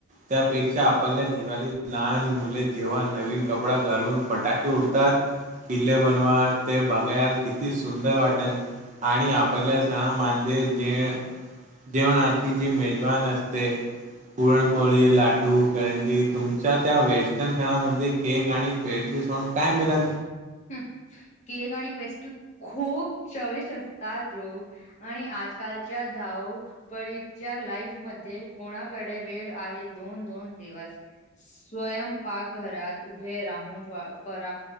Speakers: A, on the right; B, on the left.
A: त्यापेक्षा आपल्या दिवाळीत लहान मुले जेव्हा नवीन कपडा घालून फटाके उडतात किल्ले बनवा ते बघायला किती सुंदर वाटेल आणि आपल्या सण मांदे जेण जेवणा आची जी मेजवान असते पुरणपोळी लाडू कळंदी तुमच्या त्या वेस्टर्न सणामध्ये केक आणि पेस्ट्री सोन काय मिला
B: हम् केक आणि पेस्ट्री खूप चविष्ट असतात रो आणि आजकालच्या धाव परीच्या लाईफ मध्ये कोणाकडे वेळ आहे दोन दोन दिवस स्वयं पाकघरात उभे राहून पळ